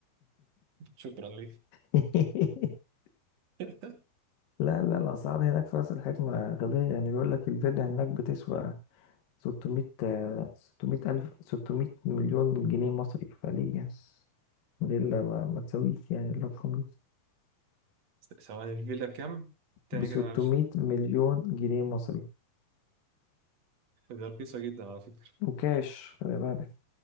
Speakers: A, on the right; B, on the left.
A: شكرا ليك
B: <laughs>
A: <laughs>
B: لا لا الأسعار هناك في راس الحكمة غبية يعني بيقول لك الفيلا هناك بتسوى 600 600 ألف 600 مليون جنيه مصري فليه يعني فيلا ما, ما تسويش يعني الرقم ده
A: ثواني الفيلا بكام؟ تاني
B: ب 600
A: كده معلش
B: مليون جنيه مصري
A: ده رخيصة جدا على فكرة
B: وكاش خلي بالك